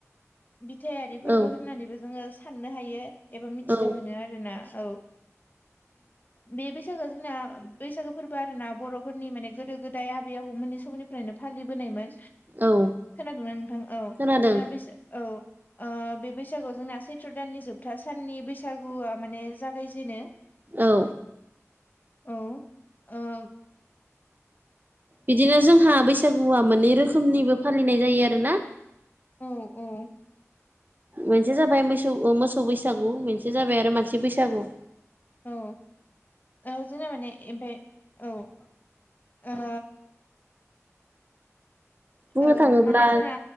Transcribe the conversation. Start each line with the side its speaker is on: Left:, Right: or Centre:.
Left: बिथायारि फोरबो
Right: औ
Left: होननानैबो जोङो साननो हायो। एबा मिथिनो
Right: औ
Left: मोनो आरो ना औ बे बैसागो जोंना बैसागो फोरबो आर ना बर'फोरनि माने गोदो गोदाय आबै आबौमोननिै समनिफ्रायनो फालिबोनायमोन।
Right: औ
Left: खोनादोंना नोंथां औ
Right: खोनादों
Left: जोनाबैस औ बे बैसागुआव जोंना सैथ्र' दाननि जोबथा साननि बैसागुआ माने जागायजेनो
Right: औ।
Left: औ आ
Right: बिदिनो जोंहा बैसागुआ मोननै रोखोमनिबो फालिनाय जायो आरो ना?
Left: औ औ।
Right: मोनसे जाबाय मोसौ ओ मोसौ बैसागु मोनसे जाबाय आरो मानसि बैसागु।
Left: औ ओ जोंना माने ओमफाय औ ओ
Right: बुंनो
Left: ओ
Right: थाङोब्ला
Left: माने जोंहा